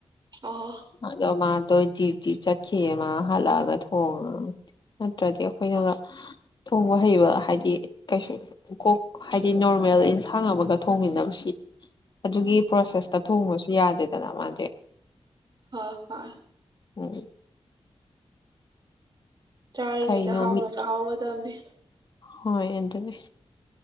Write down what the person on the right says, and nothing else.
ꯑꯣ
ꯍꯣꯏ
ꯑ ꯍꯣꯏ
ꯆꯥꯔꯤꯉꯩꯗ
ꯍꯥꯎꯅ
ꯆꯥꯍꯥꯎꯒꯗꯝꯅꯤ